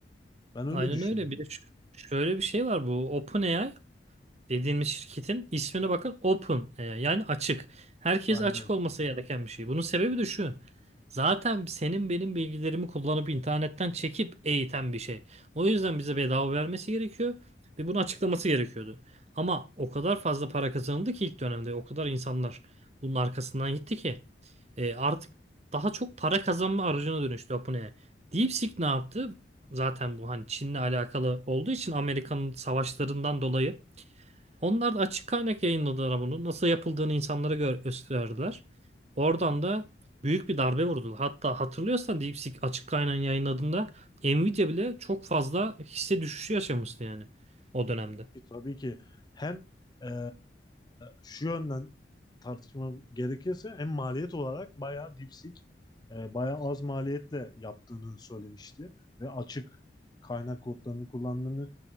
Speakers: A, on the left; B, on the right.
A: ben öyle
B: Aynen
A: düşünüyorum.
B: öyle. Bir de ş- şöyle bir şey var bu OpenAI dediğimiz şirketin ismine bakın open e, yani açık. Herkes
A: Aynen.
B: açık olması gereken bir şey. Bunun sebebi de şu. Zaten senin benim bilgilerimi kullanıp internetten çekip eğiten bir şey. O yüzden bize bedava vermesi gerekiyor ve bunu açıklaması gerekiyordu. Ama o kadar fazla para kazanıldı ki ilk dönemde o kadar insanlar bunun arkasından gitti ki e, artık daha çok para kazanma aracına dönüştü OpenAI. DeepSeek ne yaptı? Zaten bu hani Çin'le alakalı olduğu için Amerika'nın savaşlarından dolayı onlar da açık kaynak yayınladılar bunu. Nasıl yapıldığını insanlara gö- gösterdiler. Oradan da büyük bir darbe vurdular. Hatta hatırlıyorsan DeepSeek açık kaynağın yayınladığında Nvidia bile çok fazla hisse düşüşü yaşamıştı yani o dönemde.
A: E, Tabii ki hem eee, şu yönden tartışma gerekirse hem maliyet olarak bayağı dipsik, eee bayağı az maliyetle yaptığını söylemişti ve açık kaynak kodlarını kullandığını